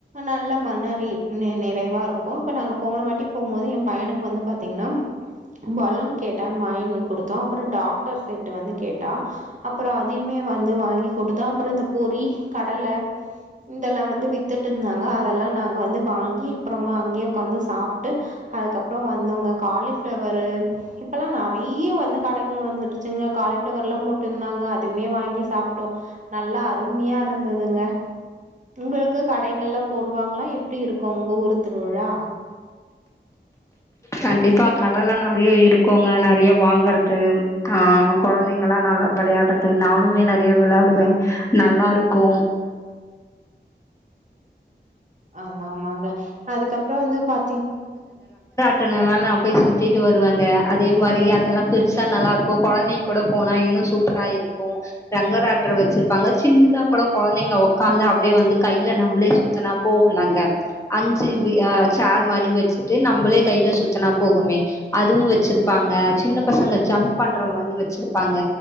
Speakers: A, on the right; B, on the left.
A: நல்ல மன நி நிறைவா இருக்கு இப்ப நாங்க போன வாட்டி போபோது ஏ பையனுக்கு வந்து பாத்தீங்கன்னா பலூன் கேட்டான்னு வாங்கு கொடுத்தோ அப்பற டாக்டர் சேட்டு வந்து கேட்டா அப்றோ அததுமே வந்து வாங்கி குடுத்தோ அப்ற இந்த பொரி கடலை இதெல்லா வந்து வித்துட்டு இருந்தாங்க அதெல்லா நாங்க வந்து வாங்கி அப்றமா அங்கேயே உக்காந்து சாப்ட்டு அதுக்கப்பற வந்தோங்க காலிஃப்ளவரு இப்பல்லா நறைய வந்து கடைகள் வந்துட்டு ச்சுங்க காலிஃப்ளவர்லா போட்ருந்தாங்க அதுமே வாங்கி சாப்பிட்டோ நல்லா அருமையா இருந்ததுங்க உங்களுக்கு கடைகள்லா போடுவாங்களா எப்படி இருக்கு உங்க ஊரு திருவிழா
B: கண்டிப்பா கடைலா நறையா இருக்குங்க நறயா வாங்கறது ஆஹ் கொழந்தைங்கலா நல்லா வெளயாடுறது நானுமே நெறைய வெளயாடுவே நல்லாருக்கு
A: ஆமா ஆமாங்க அதுக்கப்றோ வந்து பாத்தி
B: ட்டனனா நா போய் சுத்திட்டு வருவாங்க அதே மாரி அதெல்லா பெருசா நல்லா இருக்கு கொழந்தைங்க கூட போனா இன்னு சூப்பராருக்கு ரங்கராட்டர் வச்சிருப்பாங்க சின்னதா கூட கொழந்தைங்க உக்காந்து அப்டியே வந்து கையில நம்மளே சுத்தனா போகுலாங்க அஞ்சு வி ஆஹ் சார் மாரி வச்சுட்டு நம்மளே கையில சுத்தனா போகுமே அதுவு வச்சிருப்பாங்க சின்ன பசங்க ஜம்ப் பண்ற மாரி வச்சிருப்பாங்க